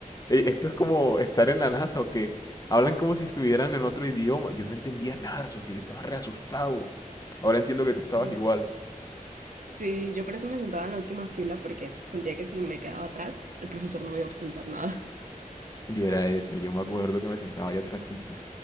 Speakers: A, on the left (about 25°); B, on the right (about 65°).
A: Eh, Esto es como estar en la NASA o que hablan como si estuvieran en otro idioma. Yo no entendía nada, Sofía, yo estaba re asustado. Ahora entiendo que tú estabas
B: Mm.
A: igual.
B: Sí, yo por eso me sentaba en la última fila porque sentía que si me quedaba atrás, el profesor no me iba a preguntar nada.
A: Yo era ese, yo me acuerdo que me sentaba ahí atrasito.